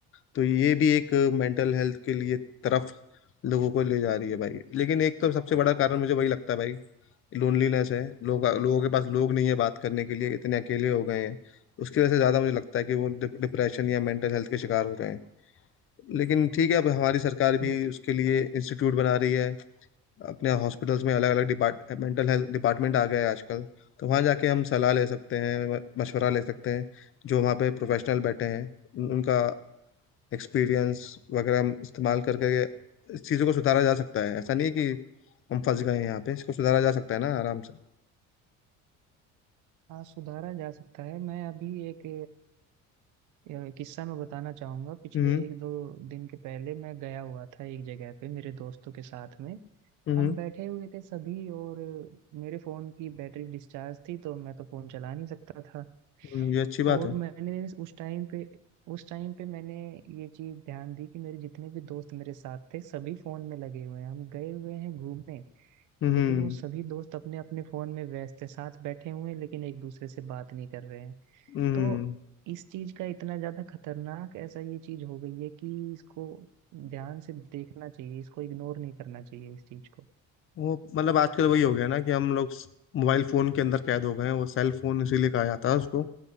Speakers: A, on the left (about 40°); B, on the right (about 70°).
A: तो ये भी एक मेंटल हेल्थ के लिए तरफ लोगों को ले जा रही है भाई लेकिन एक तो सबसे बड़ा कारण मुझे वही लगता है भाई लोनलीनेस है लोग लोगों के पास लोग नहीं है बात करने के लिए इतने अकेले हो गए हैं उसकी वजह से ज़्यादा मुझे लगता है कि वो डिप्रेशन या मेंटल हेल्थ के शिकार हो रहे हैं लेकिन ठीक है अब हमारी सरकार भी
B: हम्म,
A: उसके लिए इंस्टीट्यूट बना रही है अपने हॉस्पिटल्स में अलग अलग डिपार्ट मेंटल हेल्थ डिपार्टमेंट आ गया है आजकल तो वहाँ जाके हम सलाह ले सकते हैं म- मशवरा ले सकते हैं जो वहाँ पे प्रोफेशनल बैठे हैं उन- उनका एक्सपीरियंस वगैरह हम इस्तेमाल करके इस चीज़ों को सुधारा जा सकता है ऐसा नहीं है कि हम फंस गए हैं यहाँ पे इसको सुधारा जा सकता है ना आराम से
B: हाँ सुधारा जा सकता है मैं अभी एक यार किस्सा मैं बताना चाहूंगा पिछले
A: हम्म
B: एक दो दिन के पहले मैं गया हुआ था एक जगह पे मेरे दोस्तों के साथ में
A: हम्म
B: हम बैठे हुए थे सभी और मेरे फोन की बैटरी डिस्चार्ज थी तो मैं तो फोन चला नहीं सकता था
A: हम्म, ये अच्छी बात
B: और
A: है
B: मैंने उस टाइम पे उस टाइम पे मैंने ये चीज ध्यान दी कि मेरे जितने भी दोस्त मेरे साथ थे सभी फोन में लगे हुए हैं हम गए हुए हैं घूमने
A: हम्म
B: लेकिन वो सभी दोस्त अपने अपने फोन में व्यस्त थे साथ बैठे हुए हैं लेकिन एक दूसरे से बात नहीं कर रहे हैं
A: हम्म
B: तो इस चीज का इतना ज्यादा खतरनाक ऐसा ये चीज हो गई है कि इसको ध्यान से देखना चाहिए इसको इग्नोर नहीं करना चाहिए इस चीज को
A: वो मतलब आजकल वही हो गया ना कि हम लोग मोबाइल फोन के अंदर कैद हो गए हैं वो सेल फोन इसीलिए कहा जाता है उसको